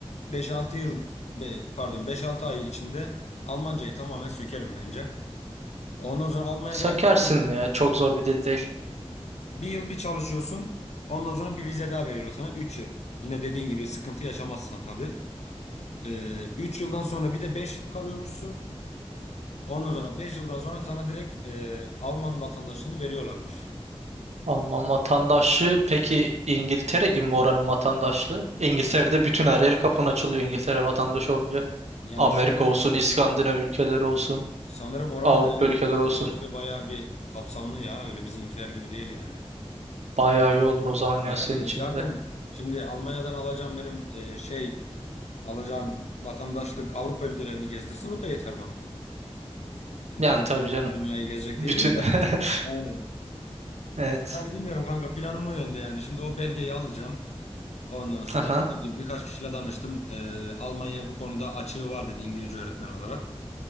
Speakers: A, on the left (about 80°); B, on the right (about 80°).
A: beş altı yıl be- pardon beş altı ay içinde Almancayı tamamen sökerim bence. Ondan sonra Almanya'da
B: Sökersin
A: şöyle diyeyim,
B: ya. Çok zor bir dil değil.
A: e, bir yıl bir çalışıyorsun. Ondan sonra bir vize daha veriyorlar sana 3 yıl. Yine dediğin gibi sıkıntı yaşamazsan tabii. Ee, 3 yıldan sonra bir de 5 yıl kalıyormuşsun. Ondan sonra 5 yıldan sonra sana direkt e, Alman vatandaşlığını veriyorlarmış.
B: Alman vatandaşlığı peki İngiltere gibi mi oranın vatandaşlığı? İngiltere'de bütün her yeri kapın açılıyor İngiltere vatandaşı olunca.
A: Yani
B: Amerika
A: şöyle
B: olsun, İskandinav ülkeleri olsun.
A: sanırım oranın
B: Avrupa
A: da evet
B: ülkeleri
A: vatandaşlığı
B: olsun.
A: bayağı bir kapsamlı ya. Öyle bizimkiler gibi değil yani.
B: Bayağı iyi olur o zaman
A: Bayağı
B: ya senin
A: iyi.
B: için
A: Zaten
B: de.
A: şimdi Almanya'dan alacağım benim e, şey alacağım vatandaşlık Avrupa ülkelerini gezdirsin o da yeter bana. Yani
B: Yani
A: durup
B: tabii
A: da
B: canım.
A: tüm dünyayı gezecek
B: Bütün.
A: değilim de.
B: <laughs>
A: Aynen.
B: Evet.
A: Yani bilmiyorum kanka planım o yönde yani. Şimdi o belgeyi alacağım. Ondan sonra
B: Aha.
A: dediğim gibi birkaç kişiyle danıştım. Ee, Almanya bu konuda açığı var dedi İngilizce öğretmen olarak.